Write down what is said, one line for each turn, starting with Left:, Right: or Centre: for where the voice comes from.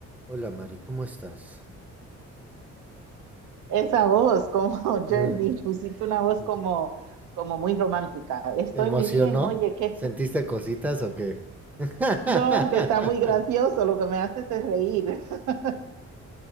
Centre: Hola Mari, ¿cómo estás?
Right: Esa voz, como <laughs> Jersey,
Centre: <laughs>
Right: pusiste una voz
Centre: Mm.
Right: como, como muy romántica. Estoy
Centre: ¿Te emocionó?
Right: muy bien, oye, que
Centre: ¿Sentiste cositas o qué? <laughs>
Right: no, que está muy gracioso, lo que me haces es reír. <laughs>